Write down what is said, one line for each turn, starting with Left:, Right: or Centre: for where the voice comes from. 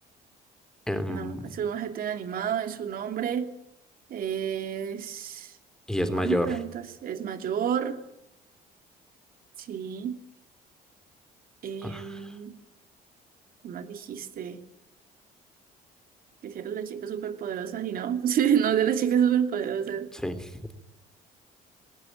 Centre: em,
Right: No, es un GT animado, es un hombre, es...
Centre: y
Right: ¿Qué
Centre: es mayor.
Right: más me preguntas? Es mayor, sí. Em,
Centre: Ah,
Right: ¿qué más dijiste? Que si era la chica superpoderosa y no, <laughs> sí, no es de la chica superpoderosa.
Centre: sí.